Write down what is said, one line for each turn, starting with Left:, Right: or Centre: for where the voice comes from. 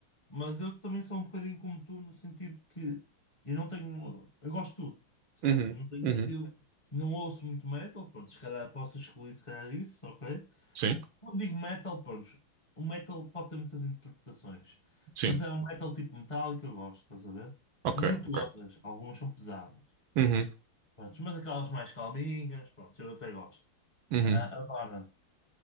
Left: Mas eu também sou um bocadinho como tu, no sentido que eu não tenho. Eu gosto de tudo, percebes?
Right: Uhum,
Left: Não tenho
Right: uhum.
Left: um estilo. Não ouço muito metal, pronto, se calhar posso excluir, se calhar isso, ok?
Right: Sim,
Left: Quando digo metal, pronto, o metal pode ter muitas interpretações,
Right: sim.
Left: mas é um metal tipo metálico que eu gosto, estás a ver?
Right: Ok,
Left: Nem todas,
Right: ok.
Left: algumas são pesadas,
Right: Uhum,
Left: pronto, mas aquelas mais calminhas, pronto, eu até gosto.
Right: uhum,
Left: Ah, agora,